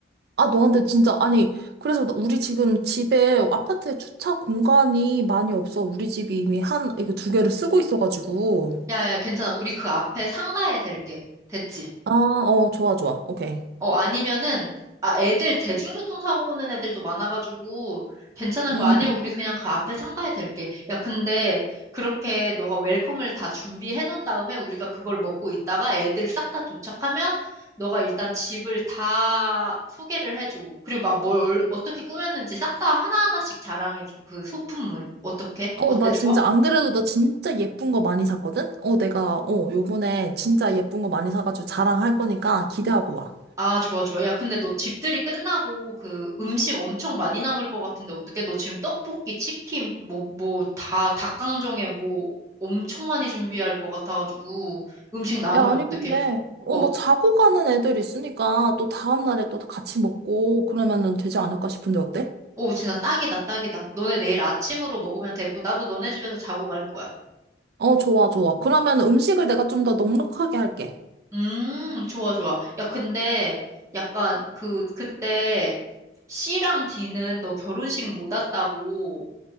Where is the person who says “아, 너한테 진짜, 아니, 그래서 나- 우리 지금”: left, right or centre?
Right